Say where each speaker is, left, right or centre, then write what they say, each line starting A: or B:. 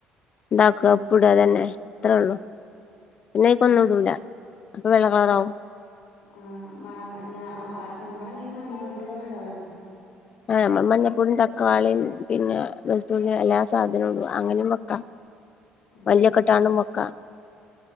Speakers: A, on the left (about 40°); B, on the left (about 85°).
A: ഉണ്ടാക്കുക
B: ആ
A: ഉപ്പ് ഇടാ തന്നെ. അത്ര ഉള്ളു പിന്നെ അയ്ക്ക് ഒന്നും
B: ശരി
A: ഇടൂല. അപ്പൊ വെള്ള കളറാവും.
B: ആഹ് മാമൻ ഞാ ആഹ് ഞമ്മളല്ലെങ്കി മഞ്ഞപ്പൊടിയും കൂടെ ഇടോല്ലോ.
A: ആഹ് ഞമ്മ മഞ്ഞപ്പൊടീം തക്കാളീം പിന്നെ വെളുത്തുള്ളീം എല്ലാ സാധനവും ഇടും. അങ്ങനെയും വെക്കാ.
B: അതെ
A: മല്ലി
B: അതെ
A: ഒക്കെ ഇട്ടാണ്ട് വക്ക.